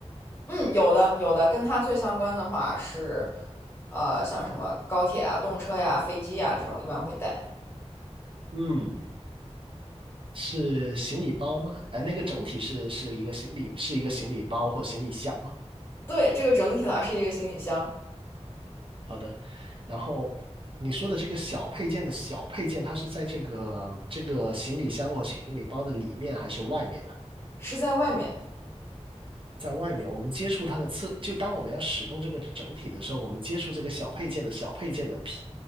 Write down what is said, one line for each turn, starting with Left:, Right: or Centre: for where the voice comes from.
Left: 嗯，有的，有的，跟它最相关的话是，呃，像什么高铁啊、动车呀、飞机呀这种，一般会带。
Right: 嗯，是行李包吗？哎，那个整体是是一个行李是一个行李包或行李箱吗？
Left: 对，这个整体呢是一个行李箱，
Right: 好的。然后你说的这个小配件的小配件，它是在这个这个行李箱或行李包的里面还是外面呢？
Left: 是在外面，
Right: 在外面，我们接触它的次，就当我们要使用这个整体的时候，我们接触这个小配件的小配件的皮